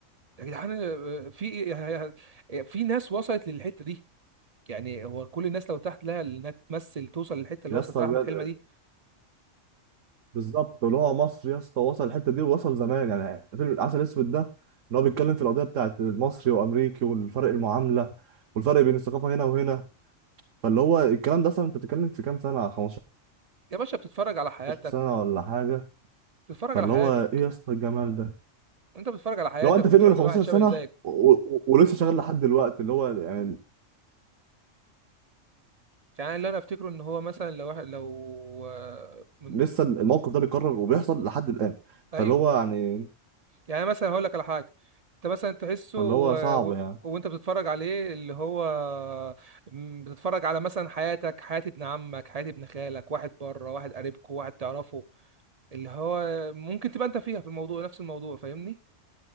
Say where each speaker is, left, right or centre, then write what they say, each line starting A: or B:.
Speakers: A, on the right; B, on the right.
A: يا جدعان آه، في آه، في ناس وصلت للحتة دي يعني هو كل الناس لو تحت لها انها تمثل توصل للحتة اللي
B: يا
A: وصل
B: اسطى
A: فيها احمد
B: بجد
A: حلمي دي
B: بالظبط اللي هو مصر يا اسطى وصل الحته دي ووصل زمان يعني فيلم العسل الاسود ده ان هو بيتكلم في القضيه بتاعت المصري وامريكي والفرق المعامله والفرق بين الثقافه هنا وهنا فاللي هو الكلام ده اصلا انت بتتكلم في كام سنه 15
A: يا باشا بتتفرج على حياتك
B: سنه ولا حاجه
A: بتتفرج
B: فاللي
A: على حياتك
B: هو ايه يا اسطى الجمال ده
A: انت بتتفرج على حياتك
B: لو انت
A: وبتتفرج
B: فيلم من 15
A: على واحد شبه
B: سنه
A: زيك
B: و... و... ولسه شغال لحد دلوقتي اللي هو يعني
A: يعني اللي انا افتكره ان هو مثلا لو واحد لو آه، من-
B: لسه الموقف ده بيتكرر وبيحصل لحد الان
A: ايوه
B: فاللي هو يعني
A: يعني مثلا هقول لك على حاجه انت مثلا تحسه
B: فاللي
A: و...
B: هو صعب
A: و...
B: يعني
A: وانت بتتفرج عليه اللي هو م، بتتفرج على مثلا حياتك حياة ابن عمك حياة ابن خالك واحد بره واحد قريبكو واحد تعرفه اللي هو ممكن تبقى انت فيها في الموضوع نفس الموضوع فاهمني